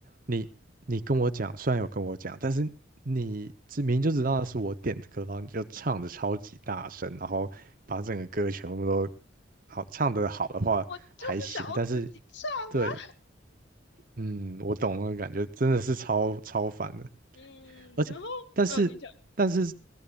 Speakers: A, on the right; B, on the left.
A: 你你跟我讲，虽然有跟我讲，但是你知明明就知道是我点的歌，然后你就唱的超级大声，然后把整个歌全部都好唱的好的话还行，
B: 我就是想要自己唱啊，
A: 但是对，嗯，我懂那个感觉，真的是超超烦的。
B: 嗯，
A: 而且但是但是
B: 然后，嗯，你讲，